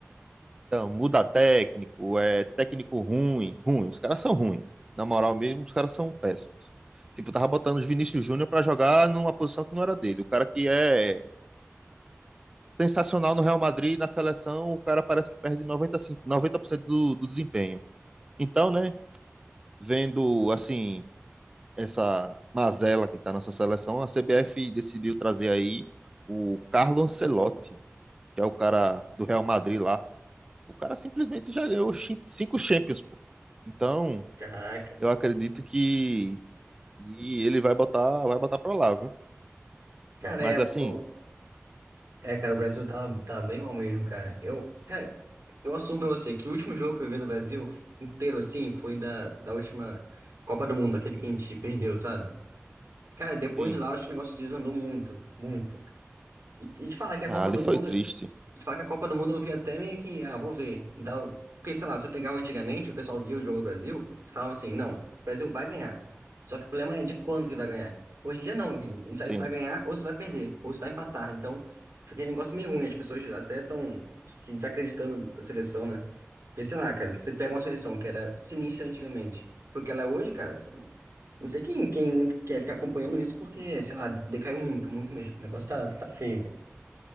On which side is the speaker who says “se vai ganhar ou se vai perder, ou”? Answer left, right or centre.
Right